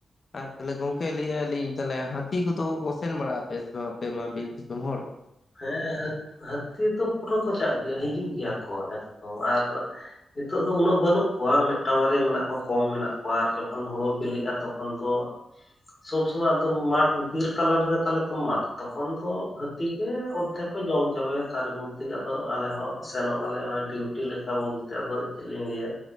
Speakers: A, on the left (about 40°); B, on the left (about 15°).
A: ᱟᱨ ᱛᱟᱦᱚᱞᱮ ᱜᱚᱢᱠᱮ ᱞᱟᱹᱭ ᱮᱫ-ᱟ ᱞᱤᱧ ᱛᱟᱦᱮ ᱦᱟ. ᱛᱤ ᱠᱚᱫᱚ ᱠᱚ ᱥᱮᱱ ᱵᱟᱲᱟᱜ ᱟᱯᱮ ᱟᱯᱮᱢᱟ ᱵᱤᱨ ᱫᱤᱥᱚᱢ ᱦᱚᱲ
B: ᱦᱮᱸ ᱦᱟᱹᱛᱤ ᱫᱚ ᱯᱩᱨᱟᱹ ᱠᱚᱪᱟᱜ ᱜᱮ ᱦᱤᱡᱩᱜ ᱜᱮᱭᱟ ᱠᱚ ᱮᱠᱫᱚᱢ ᱟᱨ ᱱᱤᱛᱚᱜ ᱫᱚ ᱩᱱᱟᱹᱜ ᱵᱟᱹᱱᱩᱜ ᱠᱚᱣᱟ ᱢᱤᱫᱴᱟᱝ ᱵᱟᱨᱭᱟ ᱢᱮᱱᱟᱜ ᱠᱚᱣᱟ ᱠᱚᱢ ᱢᱮᱱᱟᱜ ᱠᱚᱣᱟ ᱟᱨ ᱡᱚᱠᱷᱚᱱ ᱦᱳᱲᱳ ᱵᱤᱞᱤᱜᱼᱟ ᱛᱚᱠᱷᱚᱱ ᱯᱳᱱ ᱠᱚ ᱥᱚᱵ ᱥᱚᱢᱚᱭ ᱟᱫᱳ ᱢᱟᱴ ᱵᱤᱨ ᱛᱟᱞᱟ ᱨᱮᱜᱮ ᱛᱟᱞᱮ ᱢᱟᱰ ᱛᱚᱠᱷᱚᱱ ᱫᱚ ᱦᱟᱹᱛᱤ ᱠᱚ ᱡᱚᱢ ᱪᱟᱵᱟᱭᱟ ᱛᱟᱨ ᱢᱚᱫᱽᱷᱮ ᱟᱫᱚ ᱟᱞᱮ ᱦᱚᱸ ᱥᱮᱱᱚᱜ ᱟᱞᱮ ᱚᱱᱟ ᱰᱤᱣᱩᱴᱤ ᱞᱮᱠᱟ ᱵᱚᱞ ᱟᱫᱚ ᱪᱮᱫ ᱞᱤᱧ ᱞᱟᱹᱭᱟ